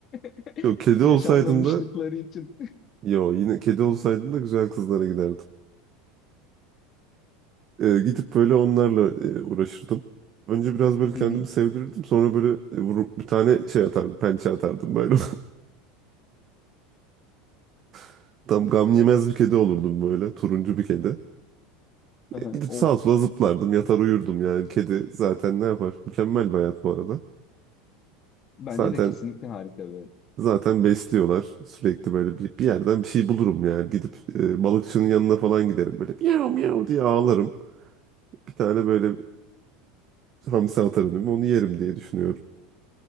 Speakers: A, on the right; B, on the left.
A: <laughs>
B: <laughs>
A: yo kedi
B: yaşanmamışlıkları
A: olsaydım da
B: için.
A: yo yine kedi olsaydım da güzel kızlara giderdim. Ee, gidip böyle onlarla e, uğraşırdım. Önce biraz böyle kendimi
B: Hı hı.
A: sevdirirdim. Sonra böyle e, vurup bir tane şey atardım, pençe atardım böyle. <laughs> Tam gam yemez bir kedi olurdum böyle, turuncu bir kedi. E,
B: Aha,
A: gidip
B: of.
A: sağa sola zıplardım, yatar uyurdum yani. Kedi zaten ne yapar? Mükemmel bir hayat bu arada.
B: Bence
A: Zaten
B: de kesinlikle harika bir.
A: zaten besliyorlar. Sürekli böyle bir, bir yerden bir şey bulurum yani. Gidip e, balıkçının yanına falan giderim böyle miyav miyav diye ağlarım. Bir tane böyle e, hamsi atar önüme onu yerim diye düşünüyorum.